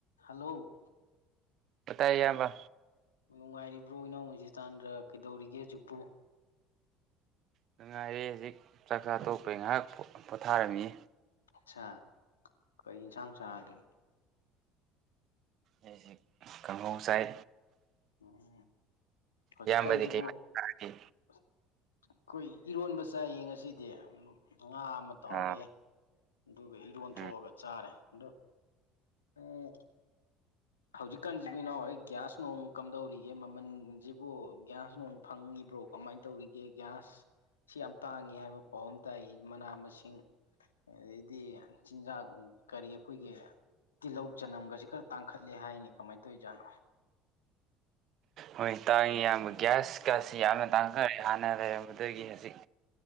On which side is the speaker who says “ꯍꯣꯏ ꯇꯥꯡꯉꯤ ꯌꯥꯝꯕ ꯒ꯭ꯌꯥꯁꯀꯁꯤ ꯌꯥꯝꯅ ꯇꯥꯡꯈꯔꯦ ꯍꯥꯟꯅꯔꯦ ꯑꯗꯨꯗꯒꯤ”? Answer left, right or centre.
Right